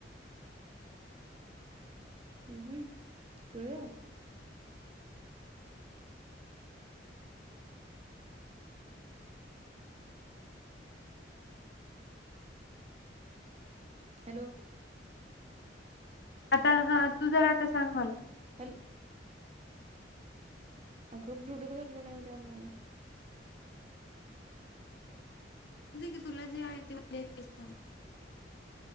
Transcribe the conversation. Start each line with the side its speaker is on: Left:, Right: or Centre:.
Right: हम्म, हम्म, कळलं. हॅलो.
Left: आता हा तू जरा आता सांग मला.
Right: हॅलो. अगं ब्लूटूथ घालुन ये उद्या म..
Left: की तुला जे आहे ते सांग.